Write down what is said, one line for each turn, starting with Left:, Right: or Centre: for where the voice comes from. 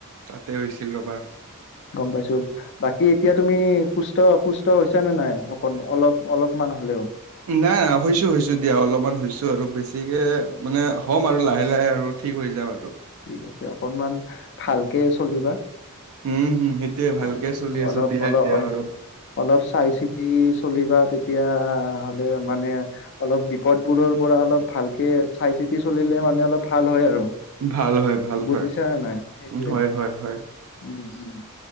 Right: তাতে হৈছিল ৰ'বা।
Left: গম পাইছো বাকী এতিয়া তুমি সুস্থ অসুস্থছ নে নাই অক অলপ অলপমান হলেও
Right: নাই নাই হৈছো হৈছো দিয়া অলপমান হৈছো আৰু বেছিকে মানে হ'ম আৰু লাহে লাহে আৰু ঠিক হৈ যাাম আৰুটো
Left: ঠিক আছে অকনমান ভালকে চলিবা
Right: উম হুম সেইটোয়ে
Left: অ
Right: ভালকে চলি আছো
Left: অলপ
Right: দিয়া
Left: অলপ
Right: এতিয়া
Left: অল
Right: বাৰু
Left: অলপ চাই চিতি চলিবা তেতিয়া হ'লে মানে অলপ বিপদবোৰৰ পৰা অলপ ভালকে চাই চিতি চলিলে মানে অলপ ভাল হয় আৰু
Right: ভাল হয় ভাল
Left: বুজিছা
Right: হয়।
Left: নাই সেইটোয়ে
Right: উম হয় হয় হয়।
Left: উম উম